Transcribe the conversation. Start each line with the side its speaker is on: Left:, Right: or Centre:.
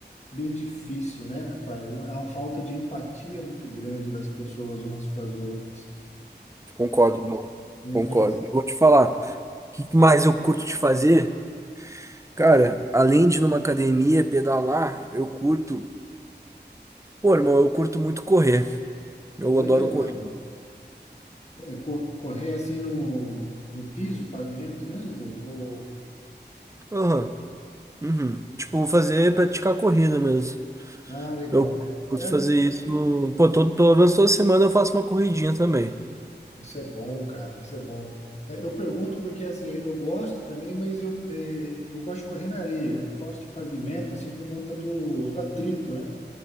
Left: bem difícil, né, rapaz? Há uma falta de empatia muito grande das pessoas umas com as outras.
Right: Concordo, irmão.
Left: né?
Right: Concordo.
Left: É,
Right: Vou te falar. O que que mais eu curto de fazer? Cara, além de numa academia pedalar, eu curto. Pô, irmão, eu curto muito correr. Eu
Left: olha
Right: adoro
Left: que legal.
Right: correr.
Left: É, co- correr assim no, no piso, pavimento mesmo? Ou...
Right: Aham. Uhum. Tipo, fazer, praticar corrida mesmo.
Left: Ah, legal.
Right: Eu
Left: É,
Right: curto
Left: é-
Right: fazer isso. Pô, todo, pelo menos toda semana eu faço uma corridinha também.
Left: isso é bom, cara. Isso é bom. É, eu pergunto porque assim, eu gosto também, mas eu, é, eu gosto de correr na areia. Eu não gosto de pavimento assim por conta do, do atrito, né?